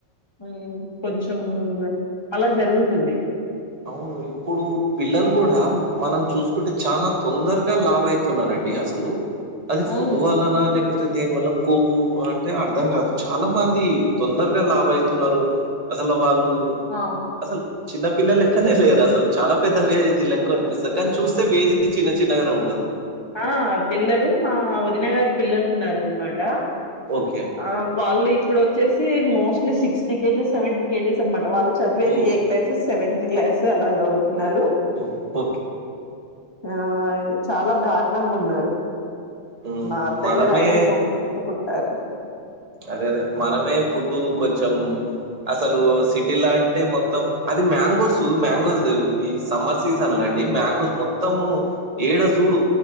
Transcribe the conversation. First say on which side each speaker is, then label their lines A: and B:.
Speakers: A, on the left; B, on the right.
A: మ్ కొంచెం అలా జరుగుతుంది
B: అవును ఇప్పుడు పిల్లలు కూడా మనం చూసుకుంటే చాలా తొందరగా లావైతున్నరం ండి అసలు అది
A: అవును.
B: ఫుడ్ వాళ్ళనా లేకపో తే దేని వల్ల కొవ్వు అంటే అర్థం కాదు చాలా మంది తొందరగా లావైతున్నారు అసలు వాళ్ళు
A: ఆ
B: అసలు చిన్నపిిల్లలే లేక్కనే లేరు అసలు చాలా పెద్ద ఏజ్ లెక్క అనిపిస్తాది కానీ చూస్తే ఏజ్ చిన్న చిన్నగానే ఉం
A: ఆ పిల్లలు మా వదిన గారి పిల్లలు ఉన్నారన్నమాట
B: ఓకే
A: అ వాళ్ళు ఇప్పుడు వచ్చేసి mostly sixty kgs seventy kgs అన్నమాట వాళ్ళు చదివేది
B: ఓ
A: ఏ క్లాస్ సెవెంత్ క్లాస్ అలా చదువుతున్నారు
B: మ్ మ్
A: ఆ చాలా దారుణంగా ఉన్నారు
B: హ్మ్.
A: మా అత్తయ్య
B: మనమే
A: గారు అదే ముత్తుకుంటారు
B: అదే అదే మనమే ఫుడ్ కొంచం అసలు సిటీ లా అంటే మొత్తం అది మ్యాంగోస్ మ్యాంగోస్ ఈ సమ్మర్ సీజన్ లా మ్యాంగోస్ మొత్తము ఏడ చూడు